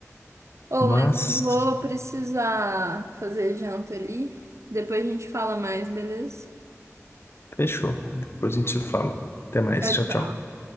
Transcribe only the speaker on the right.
Oh,
mas eu vou precisar fazer janta ali. Depois a gente fala mais, beleza?
Tchau,
tchau.